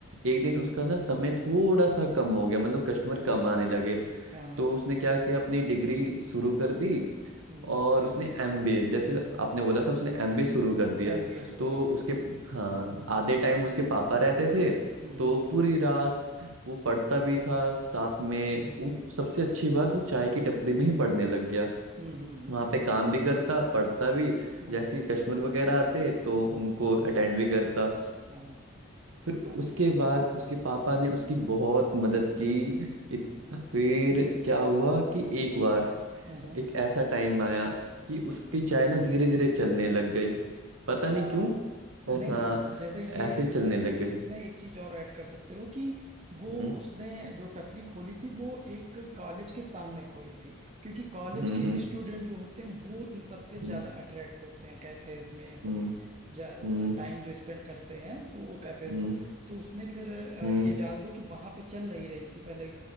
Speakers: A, on the right; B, on the right.
A: एक दिन उसका ना समय थोड़ा सा कम हो गया मतलब कस्टमर कम आने लगे
B: हाँ हाँ
A: तो उसने क्या किया अपनी डिग्री शुरू कर दी
B: हम्म
A: और उसने एमबीए जैसे आपने बोला था उसने एमबीए शुरू कर दिया
B: एमबीए शुरू
A: तो
B: कर दिया
A: उसके हाँ आधे टाइम उसके पापा रहते थे
B: हम्म
A: तो
B: हम्म
A: पूरी रात वो पढ़ता भी था साथ में वो सबसे अच्छी बात वो चाय की टपरी में ही पढ़ने लग गया
B: हम्म हम्म हम्म
A: वहाँ
B: हम्म,
A: पे काम भी करता पढ़ता भी
B: हम्म,
A: जैसे ही कस्टमर वगैरह आते तो उनको अटेंड भी करता
B: हाँ
A: फिर उसके
B: हाँ
A: बाद उसके पापा ने उसकी बहुत मदद की इत- फिर क्या हुआ कि एक बार
B: हम्म हम्म,
A: एक ऐसा टाइम आया कि उसकी चाय ना धीरे धीरे चलने लग गई पता
B: हाँ
A: नहीं क्यों पर
B: नहीं
A: हाँ
B: जैसे ये
A: ऐसे चलने
B: इसमें
A: लग गई
B: इसमें एक चीज और ऐड कर सकते हो कि वो
A: हम्म
B: उसने जो टपरी खोली थी वो एक कॉलेज के सामने खोली थी क्योंकि कॉलेज
A: हम्म
B: के स्टूडेंट जो होते हैं वो इन सब पे ज्यादा
A: हम्म
B: अट्रैक्ट होते हैं कैफेज में सभी
A: हम्म
B: टाइम
A: हम्म
B: जो स्पेंड करते हैं तो वो कैफेज
A: हम्म
B: में तो उसने फिर अ,
A: हम्म
B: ये डाल दो कि वहां पे चल नहीं रही थी पहले